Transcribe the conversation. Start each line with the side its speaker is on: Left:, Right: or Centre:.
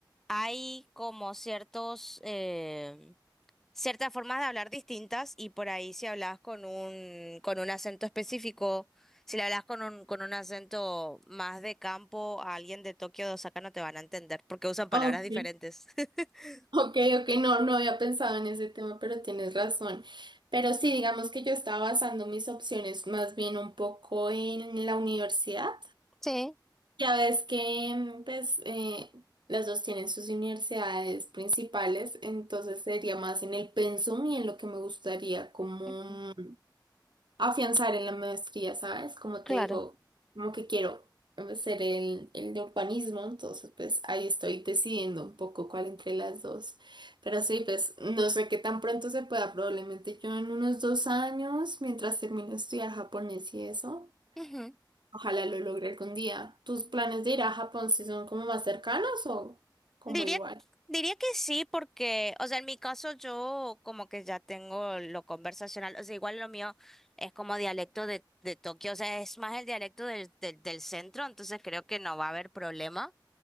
Centre: hay como ciertos, eh, ciertas formas de hablar distintas y por ahí si hablas con un, con un acento específico, si le hablas con un, con un acento más de campo a alguien de Tokio de Osaka no te van a entender porque usan palabras
Right: Ok,
Centre: diferentes. <laughs>
Right: ok, ok, no, no había pensado en ese tema, pero tienes razón. Pero sí, digamos que yo estaba basando mis opciones más bien un poco en la universidad.
Centre: Sí,
Right: Ya ves que, mm, pues, eh, las dos tienen sus universidades principales, entonces sería más en el pensum y en lo que me gustaría como
Centre: ujú,
Right: afianzar en la maestría, ¿sabes? Como
Centre: claro.
Right: te digo, como que quiero hacer el, el de urbanismo, entonces pues ahí estoy decidiendo un poco cuál entre las dos. Pero sí, pues no sé qué tan pronto se pueda, probablemente yo en unos dos años, mientras termino de estudiar japonés y eso,
Centre: Ujú.
Right: ojalá lo logre algún día. ¿Tus planes de ir a Japón si son como más cercanos o como
Centre: Diría,
Right: igual?
Centre: diría que sí, porque, o sea, en mi caso yo como que ya tengo lo conversacional, o sea, igual lo mío es como dialecto de, de Tokio, o sea, es más el dialecto del, del, del centro, entonces creo que no va a haber problema.